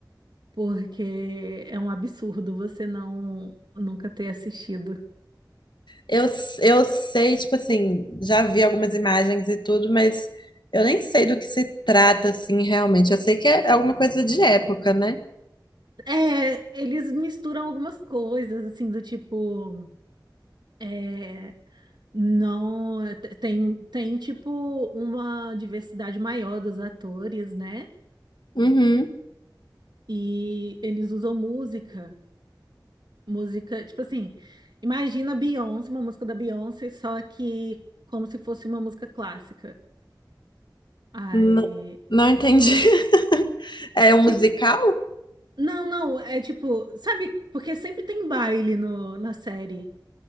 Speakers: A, on the right; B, on the left.
A: porque é um absurdo você não nunca ter assistido.
B: Eu, eu sei, tipo assim, já vi algumas imagens e tudo, mas eu nem sei do que se trata, assim, realmente. Eu sei que é alguma coisa de época, né?
A: É, eles misturam algumas coisas, assim, do tipo, é, não, te- tem, tem tipo uma diversidade maior dos atores, né?
B: Uhum.
A: E eles usam música, música, tipo assim, imagina Beyoncé, uma música da Beyoncé, só que como se fosse uma música clássica. Aí,
B: Não, não entendi. <laughs> É um
A: tipo,
B: musical?
A: não, não, é tipo, sabe, porque sempre tem baile no, na série.